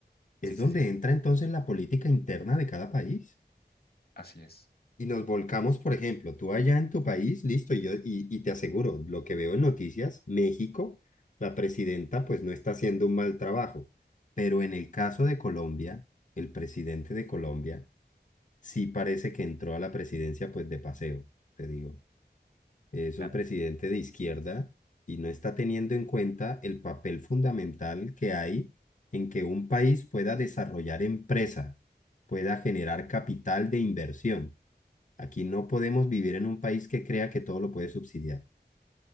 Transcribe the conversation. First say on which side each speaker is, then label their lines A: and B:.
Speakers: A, on the left; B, on the left.
A: es
B: sí, sí,
A: donde
B: sí,
A: entra entonces la política interna de cada país.
B: así es.
A: Y nos volcamos, por ejemplo, tú allá en tu país, listo, y yo, y, y te aseguro, lo que veo en noticias, México, la presidenta pues no está haciendo un mal trabajo, pero en el caso de Colombia, el presidente de Colombia sí parece que entró a la presidencia pues de paseo, te digo. Es
B: Da-
A: un presidente de izquierda y no está teniendo en cuenta el papel fundamental que hay en que un país pueda desarrollar empresa, pueda generar capital de inversión Aquí no podemos vivir en un país que crea que todo lo puede subsidiar.